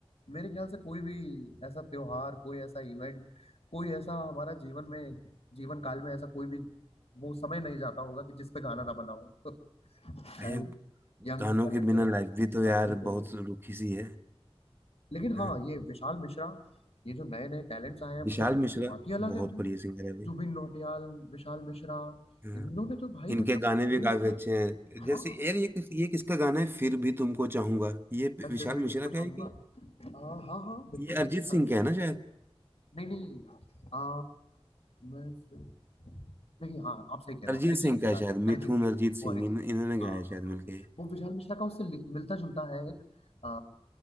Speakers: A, on the left; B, on the right.
A: मेरे ख्याल से कोई भी ऐसा त्योहार कोई ऐसा इवेंट कोई ऐसा हमारा जीवन में जीवन काल में ऐसा कोई भी वो समय नहीं जाता होगा कि जिस पे गाना ना बना हो <laughs>
B: भाई
A: चाहे वो
B: अब
A: यंग
B: गानों
A: वाले
B: के बिना
A: पे हो
B: लाइफ भी तो यार
A: बच्चों पे हो
B: बहुत रुखी सी है
A: लेकिन
B: हाँ
A: हाँ ये विशाल मिश्रा ये जो नए नए टैलेंट्स आए हैं
B: विशाल
A: भाई
B: मिश्रा
A: बात ही अलग
B: बहुत
A: है भाई
B: बढ़िया सिंगर है भाई
A: जुबिन नौटियाल विशाल मिश्रा
B: हाँ
A: इन्होंने तो भाई
B: इनके
A: मतलब
B: गाने भी
A: मुझे
B: काफी
A: लगता
B: अच्छे
A: है
B: हैं जैसे
A: हाँ
B: यार ये किस- ये किसका गाना है फिर भी तुमको चाहूंगा ये
A: मैं
B: विशाल
A: फिर भी
B: मिश्रा
A: तुमको
B: का
A: चाहूंगा
B: है कि
A: आ, हाँ हाँ बिल्कुल
B: ये
A: भाई
B: अरिजीत
A: विशाल
B: सिंह
A: मिश्रा
B: का है ना शायद
A: नहीं नहीं आ, मैं फिर नहीं हाँ आप सही कह रहे
B: अरिजीत
A: हो अरिजीत
B: सिंह
A: सिंह
B: का है
A: का
B: शायद
A: है,
B: मिथुन
A: अरिजीत सिंह
B: अरिजीत
A: वो
B: सिंह
A: अरिजीत
B: इन, इन्होंने
A: सिंह का है, हाँ
B: गाया
A: हाँ
B: है शायद
A: हाँ
B: मिलके
A: वो विशाल मिश्रा का उससे मिलता जुलता है एक आ,